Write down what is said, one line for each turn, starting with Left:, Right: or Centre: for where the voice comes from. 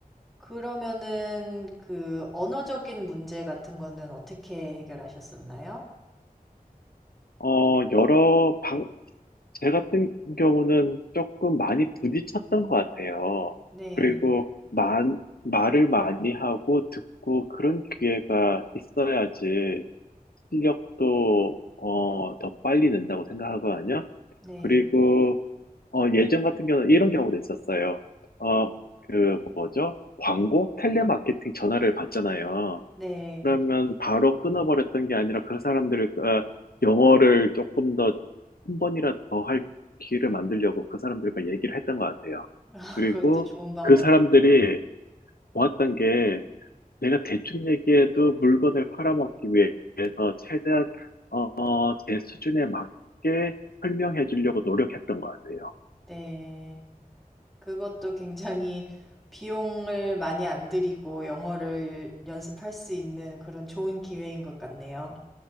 Centre: 그러면은 그 언어적인 문제 같은 거는 어떻게 해결하셨었나요?
Left: 어, 여러 방, 제 같은 경우는 조금 많이 부딪혔던 것 같아요.
Centre: 네.
Left: 그리고 만, 말을 많이 하고 듣고 그런 기회가 있어야지 실력도 어, 더 빨리 는다고 생각하거든요.
Centre: 네.
Left: 그리고 어, 예전 같은 경우는 이런 경우도 있었어요. 어, 그 뭐죠? 광고? 텔레마케팅 전화를 받잖아요.
Centre: 네.
Left: 그러면 바로 끊어버렸던 게 아니라 그 사람들을 어, 영어를 조금 더 한 번이라도 더 할 기회를 만들려고 그 사람들과 얘기를 했던 것 같아요.
Centre: <laughs>
Left: 그리고
Centre: 그것도 좋은 방법이네요.
Left: 그 사람들이 좋았던 게 내가 대충 얘기해도 물건을 팔아먹기 위해서 최대한 어, 어, 제 수준에 맞게 설명해 주려고 노력했던 것 같아요.
Centre: 네. 그것도 굉장히 비용을 많이 안 들이고 영어를 연습할 수 있는 그런 좋은 기회인 것 같네요.